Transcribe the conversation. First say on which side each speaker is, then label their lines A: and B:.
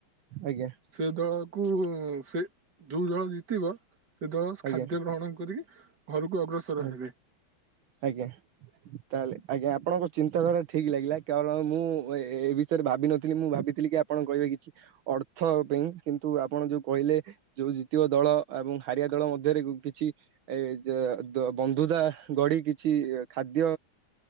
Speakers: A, on the right; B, on the right.
A: ଆଜ୍ଞା।
B: ସେ ଦଳକୁ ସେ ଯୋଉ ଦଳ ଜିତିବ ସେ ଦଳ
A: ଆଜ୍ଞା
B: ଖାଦ୍ୟ ଗ୍ରହଣ କରିକି ଘରକୁ ଅଗ୍ରସର
A: ଆଜ୍ଞା
B: ହେବେ।
A: ଆଜ୍ଞା ତାହେଲେ ଆଜ୍ଞା, ଆପଣଙ୍କ ଚିନ୍ତାଧାରା ଠିକ୍ ଲାଗିଲା କାରଣ ମୁଁ ଏ ବିଷୟରେ ଭାବିନ ମୁଁ ଭାବିଥିଲି କି ଆପଣ କହିବେ କିଛି ଅର୍ଥ ପାଇଁ କିନ୍ତୁ ଆପଣ ଯୋଉ କହିଲେ ଯୋଉ ଜିତିବ ଦଳ ଏବଂ ହାରିଆ ଦଳ ମଧ୍ୟରେ କିଛି ଏ <unintelligible> ତ ବନ୍ଧୁତା ଗଢ଼ି ଢକିଛି ଖାଦ୍ୟ